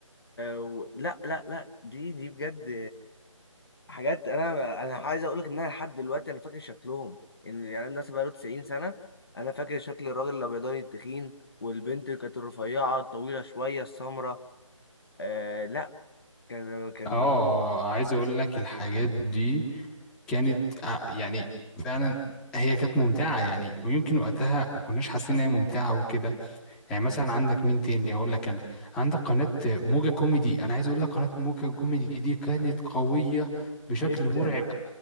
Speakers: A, on the left (about 45°); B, in the centre.
A: و... لا لا لا دي دي بجد حاجات انا انا عايز اقول لك ان انا لحد دلوقتي انا فاكر شكلهم ان الاعلان ده بقاله 90 سنه انا فاكر شكل الراجل الابيضاني التخين والبنت اللي كانت الرفيعه الطويله شويه السمراء آه لا كان كان
B: اه عايز اقول لك الحاجات دي كانت آه، يعني فعلا هي كانت ممتعة يعني ويمكن وقتها ما كناش حاسين ان هي ممتعة وكده يعني مثلا عندك مين تاني اقول لك انا عندك قناة موجة كوميدي انا عايز اقول لك قناة موجة كوميدي دي كانت قوية بشكل
A: جدا
B: مرعب